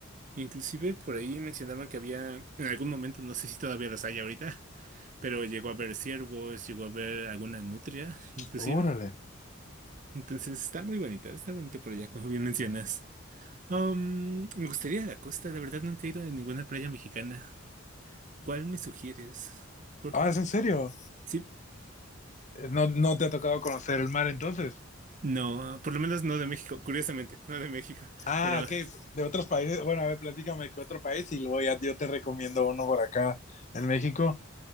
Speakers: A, on the right; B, on the left.
A: Inclusive por ahí mencionaban que había, en algún momento, no sé si todavía los hay ahorita, <laughs> pero llegó a ver ciervos, llegó a ver alguna nutria, <laughs> inclusive.
B: Órale.
A: Entonces está muy bonita, está bonita por allá, como bien mencionas. Um, me gustaría ir a la costa, la verdad nunca he ido a ninguna playa mexicana. ¿Cuál me sugieres? Por-
B: Ah, ¿es en serio?
A: sí,
B: Eh, ¿No, no te ha tocado conocer el mar entonces?
A: no, por lo menos no de México, curiosamente, no de México,
B: Ah,
A: pero
B: ok, de otros países. Bueno, a ver, platícame qué otro país y luego ya yo te recomiendo uno por acá en México.